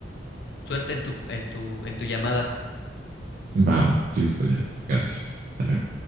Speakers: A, on the left; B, on the right.
A: suerte en tu, en tu, en tu llamada.
B: Va, va, listo ya. Gracias. Hasta luego.